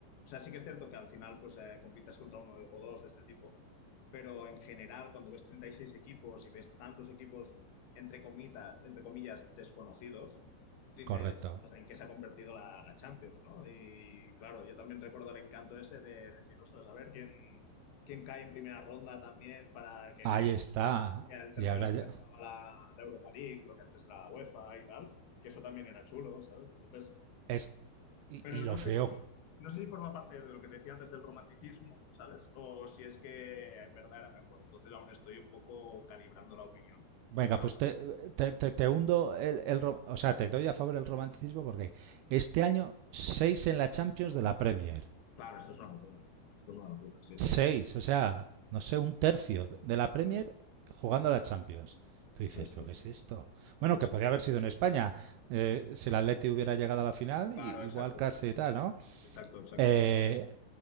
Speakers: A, on the left (about 70°); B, on the right (about 80°).
A: sea, sí que es cierto que al final pues eh, compitas contra uno o dos de este tipo, pero en general cuando ves 36 equipos y ves tantos equipos entre comita- entre comillas desconocidos, dices,
B: correcto.
A: "Ostras, ¿en qué se ha convertido la, la Champions, ¿no? Y claro, yo también recuerdo el encanto ese de decir, ostras, a ver quién, quién cae en primera ronda también para que
B: Ahí está.
A: el tercero
B: Y ahora
A: siempre
B: ya.
A: jugaba la, la Europa League, lo que antes era la UEFA y tal, que eso también era chulo, ¿sabes? Entonces,
B: Es, y,
A: pero
B: y
A: no
B: lo
A: sé
B: feo
A: si, no sé si forma parte de lo que te decía antes del romanticismo, ¿sabes? O si es que en verdad era mejor. Entonces aún estoy un poco calibrando la opinión.
B: Venga,
A: Pero
B: pues te, te- te- te hundo el, el ro- o sea, te doy a favor el romanticismo porque este año seis en la Champions de la Premier.
A: claro, esto es una locura. Esto es una locura, sí, sí.
B: Seis, o sea, no sé, un tercio de la Premier
A: Claro, claro.
B: jugando a la Champions. Tú dices,
A: Sí, sí.
B: ¿pero qué es esto? Bueno, que
A: sí.
B: podría haber sido en España, eh, si el Atleti hubiera llegado a la final, i-
A: Claro, exacto.
B: igual casi y tal, ¿no?
A: Exacto, exacto.
B: Eh,